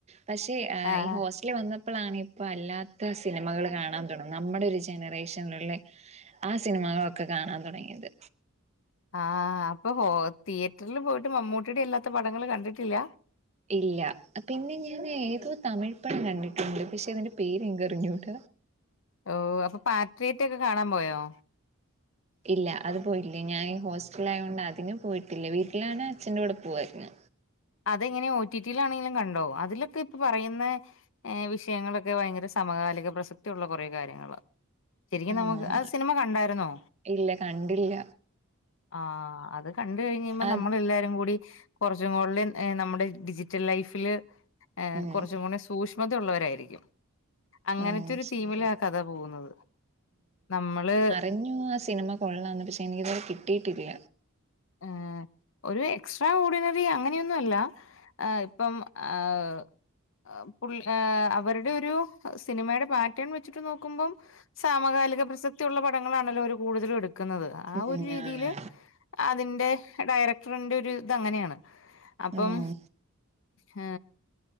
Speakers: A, on the right; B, on the left.
A: പക്ഷെഈ
B: ആഹ്
A: ഹോസ് റ്റലിൽ വന്നപ്പളാണ് ഇപ്പ അല്ലാത്ത സിനിമകള് കാണാൻ തുടങ്ങി നമ്മുടൊരു ജനറേഷനിലുള്ളെ ആ സിനിമകളൊക്കെ കാണാൻ തുടങ്ങിയത്
B: ആഹ് അപ്പൊ ഹോ തിയേറ്റർല് പോയിട്ട് മമ്മൂട്ടിയുടെയല്ലാത്ത പടങ്ങള് കണ്ടിട്ടില്ല
A: ഇല്ല പിന്നെ ഞാനേതോ തമിഴ്പടം കണ്ടിട്ടുണ്ട്. പക്ഷെ അതിന്റെ പേരെനിക്കറിഞ്ഞൂട
B: ഓ അപ്പൊ പാട്രിയേറ്റൊക്കെ കാണാൻ പോയോ
A: ഇല്ല അത് പോയില്ല ഞാൻ ഹോസ്റ്റലായൊണ്ട് അതിന് പോയിട്ടില്ല വീട്ടിലാണെ അച്ഛന്റെ കൂടെ പോവായിരുന്ന്
B: അതെങ്ങനെ ഒ ടി ടി ലാണെങ്കിലും കണ്ടോ അതിലൊക്കെ ഇപ്പൊ പറയുന്നെ ഏ വിഷയങ്ങളൊക്കെ ഭയങ്കര സമകാലിക പ്രസക്തിയുള്ള കുറേ കാര്യങ്ങള ശരിക്കും
A: ആഹ്
B: നമുക്ക് അത് സിനിമ കണ്ടായിരുന്നോ
A: ഇല്ല കണ്ടില്ല
B: ആ അത് കണ്ട് കഴിയുമ്പം
A: അത്
B: നമ്മളെല്ലാരും കൂടി കൊർച്ചും കൂടി നമ്മുടെ ഡിജിറ്റൽ ലൈഫില്
A: ഉം
B: കൊർച്ചും കൂടി സൂശ് മത ഉള്ളവരായിരിക്കും അങ്ങനത്തെ
A: ഓഹ്
B: ഒരു
A: ശരി
B: തീമിലാ ആ കഥ പോകുന്നത് നമ്മള്
A: ഇഞ്ഞു ആ സിനിമ കൊള്ളാംന്ന് പക്ഷെ എനിക്ക് ഇതുവരെ കിട്ടിയിട്ടില്ല
B: ഉം ഒരു എക്സ്ട്രാ ഓഡിനറി അങ്ങനെയൊന്നും അല്ല ആഹ് ഇപ്പം ആഹ് പുള്ളി ഏഹ് അവരുടെ ഒരു സിനിമയുടെ പാറ്റേൺ വെച്ചിട്ട് നോക്കുമ്പം സാമകാലിക പ്രസക്തിയുള്ള പടങ്ങളാണല്ലോ അവര് കൂടുതലും എടുക്കുന്നത് ആ
A: ഉം
B: ഒരു രീതിയില്
A: ആണ്
B: അതിന്റെ ഡയറക്ടറിന്റെ ഒരു തങ്ങനെയാണ് അപ്പം
A: ഉം
B: ഉം